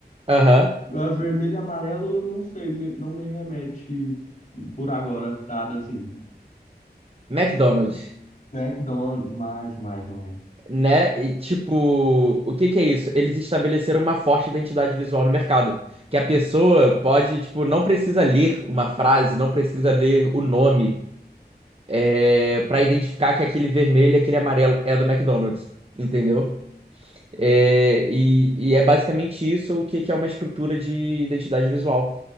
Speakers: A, on the right; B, on the left.
A: Aham.
B: Agora, vermelho e amarelo, não sei, me- não me remete por agora nada assim.
A: McDonald's.
B: McDonald's, demais, demais, demais.
A: né? E tipo, o que que é isso? Eles estabeleceram uma forte identidade visual no mercado, que a pessoa pode, tipo, não precisa ler uma frase, não precisa ler o nome, é, para identificar que aquele vermelho e aquele amarelo é do McDonald's, entendeu? É, e, e é basicamente isso o que que é uma estrutura de identidade visual